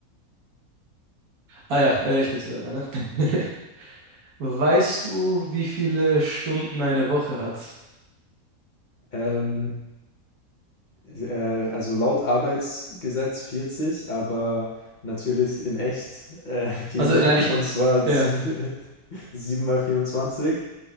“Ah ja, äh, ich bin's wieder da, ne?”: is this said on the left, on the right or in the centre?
Right